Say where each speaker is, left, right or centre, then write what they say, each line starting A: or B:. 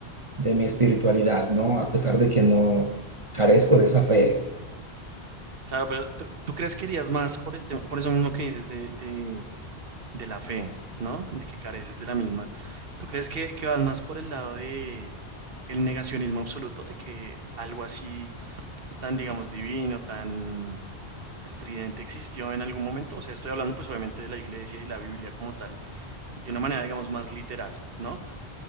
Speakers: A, on the right (about 30°); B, on the right (about 60°).
A: de mi espiritualidad, ¿no? A pesar de que no carezco de esa fe.
B: Claro, pero tú, tú crees que irías más por el tema, por eso mismo que dices de, de, de la fe, ¿no? De que careces de la misma. ¿Tú crees que, que vas más por el lado de el negacionismo absoluto, de que algo así tan, digamos, divino, tan estridente existió en algún momento. O sea, estoy hablando pues obviamente de la iglesia y la Biblia como tal, de una manera, digamos, más literal, ¿no?